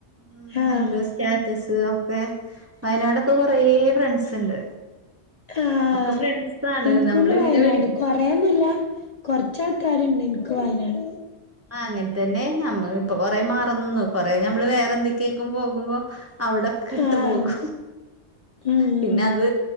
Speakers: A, on the right; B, on the left.
A: ഉം
B: ആഹ്
A: എന്ത് സ്റ്റാറ്റസ് ഒക്കെ വയനാടൊക്കെ കൊറെ ഫ്രണ്ട്സ് ഇണ്ട്
B: ആഹ്
A: ഒക്കെ ഫ്രണ്ട്സാണ്
B: ഇൻക്കുണ്ട്
A: നമ്മള് ഇങ്ങനെ
B: വയനാട്
A: വിളി
B: കൊറേയൊന്നുല്ല കൊറച്ചാൾക്കാര്ണ്ട് എൻക്ക് വയനാട്
A: ആഹ് അങ്ങൻതന്നെ നമ്മള്പ്പൊ കൊറേ മറന്നു കൊറേ നമ്മള് വേറെ എന്തെക്കേക്കും പോകുമ്പോ അവിടക് ക്ക്ട്ട്
B: ആഹ്
A: പോകും.
B: ഉം ഉം
A: പിന്നെ അത്